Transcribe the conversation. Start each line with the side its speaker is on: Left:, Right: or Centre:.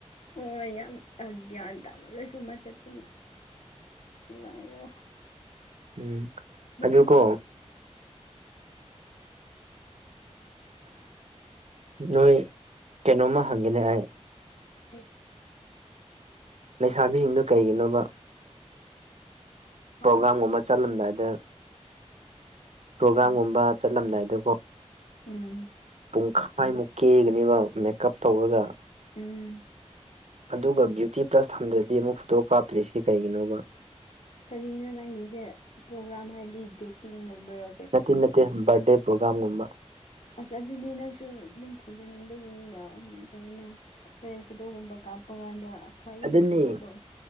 Left: ꯍꯣꯏ ꯌꯥꯝꯒ꯭ꯌꯥꯟ ꯇꯥꯃ ꯂꯣꯏ ꯁꯣꯕ ꯆꯠꯄꯅꯦ ꯀꯚꯔꯣ
Right: ꯎꯝ ꯑꯗꯨꯀꯣ
Left: ꯅꯨꯡꯉꯥꯏ
Right: ꯅꯣꯏ ꯀꯩꯅꯣꯝꯃ ꯍꯪꯒꯦꯅꯦ ꯑꯩ
Left: ꯑꯦ
Right: ꯂꯩꯁꯥꯕꯤꯁꯤꯡꯗꯨ ꯀꯩꯒꯤꯅꯣꯕ
Left: ꯍꯥ
Right: ꯄ꯭ꯔꯣꯒꯥ꯭ꯔꯥꯝꯒꯨꯝꯕ ꯆꯠꯂꯝꯗꯥꯏꯗ ꯄ꯭ꯔꯣꯒꯥ꯭ꯔꯥꯝꯒꯨꯝꯕ
Left: ꯎꯝ
Right: ꯆꯠꯂꯝꯗꯥꯏꯗꯀꯣ
Left: ꯎꯝ
Right: ꯄꯨꯡꯈꯥꯏꯃꯨꯛ ꯀꯦꯒꯅꯦꯕ ꯃꯦꯀꯞ ꯇꯧꯔꯒ
Left: ꯎꯝ
Right: ꯑꯗꯨꯒ ꯕ꯭ꯌꯨꯇꯤ ꯄ꯭ꯂꯁ ꯊꯝꯗ꯭ꯔꯗꯤ ꯑꯃꯨꯛ ꯐꯣꯇꯣꯛ ꯀꯥꯞꯇ꯭ꯔꯤꯁꯤ ꯀꯩꯒꯤꯅꯣꯕ
Left: ꯀꯔꯤꯅꯣ ꯅꯪꯒꯤꯁꯦ ꯄ꯭ꯔꯣꯒ꯭ꯔꯥꯝ ꯍꯥꯏꯗꯤ ꯗꯦꯠꯇꯤꯡꯒꯨꯝꯕꯔ
Right: ꯅꯠꯇꯦ ꯅꯠꯇꯦ ꯕꯥꯔꯗꯦ ꯄ꯭ꯔꯣꯒꯥꯝꯒꯨꯝꯕ
Left: ꯑꯁ ꯑꯗꯨꯗꯤ ꯅꯪꯁꯨ ꯑꯗꯨꯝ ꯐꯖꯅꯤꯡꯕꯒꯤꯅꯤꯅ ꯀꯔꯤꯅꯣ ꯍꯦꯟ ꯐꯗꯣꯒꯨꯝꯕ ꯀꯥꯞꯄ ꯀꯥꯟꯗ ꯈ꯭ꯋꯥꯏꯗꯒꯤ
Right: ꯑꯗꯨꯗꯅꯤꯦ
Left: ꯐꯖꯕ ꯑꯣꯏ